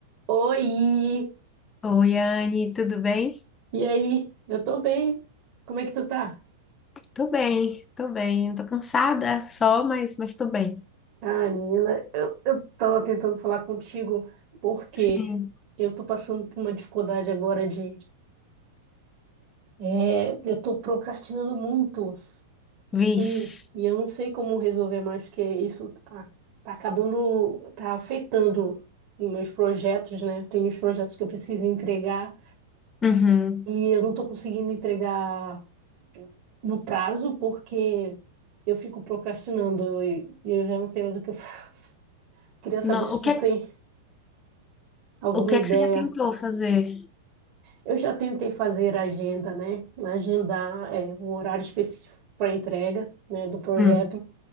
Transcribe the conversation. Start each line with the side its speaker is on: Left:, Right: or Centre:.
Right: Oi!
Left: Oi, Anne, tudo bem?
Right: E aí? Eu tô bem. Como é que tu tá?
Left: Tô bem, tô bem. Tô cansada só, mas, mas tô bem.
Right: Ai, menina, eu, eu tava tentando falar contigo porque
Left: Sim,
Right: eu tô passando por uma dificuldade agora de... é, eu tô procrastinando muito
Left: vixe.
Right: e, e eu não sei como resolver mais, porque isso tá, tá acabando, tá afetando os meus projetos, né? Tenho os projetos que eu preciso entregar
Left: Uhum.
Right: e eu não tô conseguindo entregar no prazo, porque eu fico procrastinando e e eu já não sei mais o que eu faço. <laughs> Queria saber
Left: Não,
Right: se
Left: o
Right: tu
Left: que,
Right: tem
Left: é-
Right: alguma
Left: o que
Right: ideia.
Left: é que você já tentou fazer?
Right: Eu já tentei fazer agenda, né? Agendar é, um horário específico para entrega, né, do projeto,
Left: Hum,